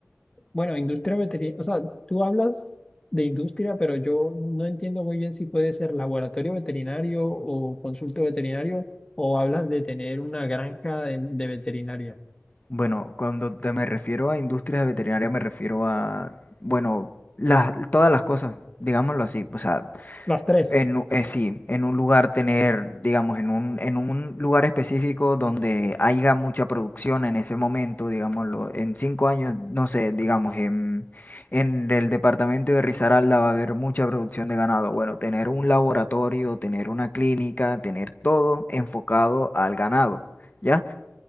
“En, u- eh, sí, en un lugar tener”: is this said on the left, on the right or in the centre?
Left